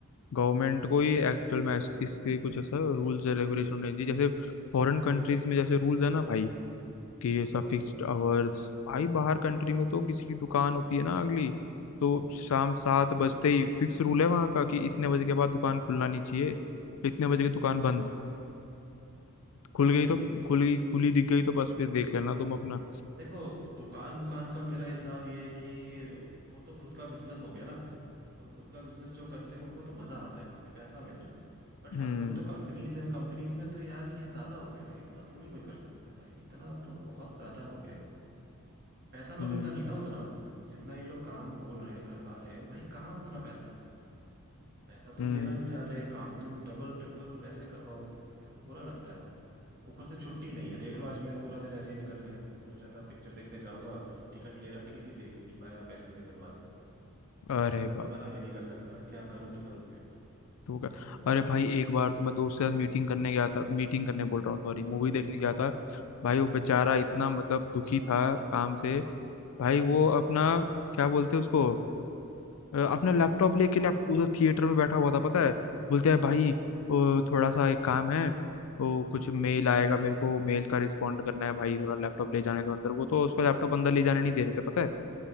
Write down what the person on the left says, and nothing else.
गवर्नमेंट को ही एक्चुअल में इस- इसके कुछ ऐसा रूल्स एंड रेगुलेशन होने चाहिए जैसे फॉरेन कंट्रीज में जैसे रूल्स है ना भाई कि ऐसा
फिक्स्ड आवर्स भाई बाहर कंट्री में तो किसी की दुकान होती है ना अगली तो शाम
सात
बजते ही फिक्स रूल है वहाँ का कि इतने बजे के बाद दुकान खुलना नहीं चाहिए इतने बजे की दुकान बंद
खुल गई तो खुल गई खुली दिख गई तो बस फिर देख लेना तुम अपना
हम्म
हम्म
हम्म
अरे बाप
रे
तो क्या अरे भाई एक बार तो मैं दोस्त के साथ मीटिंग करने गया था मीटिंग करने बोल रहा हूँ सॉरी मूवी देखने गया था भाई वो बेचारा इतना मतलब दुखी था काम से भाई वो अपना क्या बोलते हैं उसको अ, अपना लैपटॉप लेके लैप उधर थिएटर में बैठा हुआ था पता है बोलते हैं भाई ओ, थोड़ा सा एक काम है वो कुछ मेल आएगा मेरे को मेल का रिस्पॉन्ड करना है भाई थोड़ा लैपटॉप ले जाने दो अंदर वो तो उसको लैपटॉप अंदर ले जाने नहीं दे रहे थे पता
है